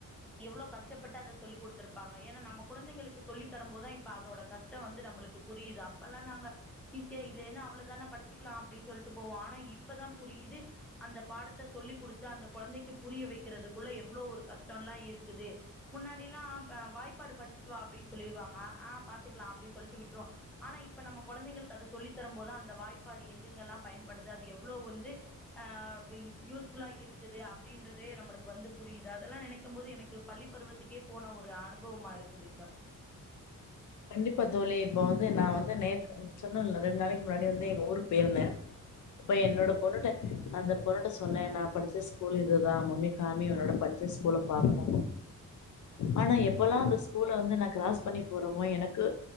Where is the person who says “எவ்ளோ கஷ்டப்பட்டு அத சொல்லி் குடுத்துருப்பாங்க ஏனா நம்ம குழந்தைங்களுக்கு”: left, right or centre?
Centre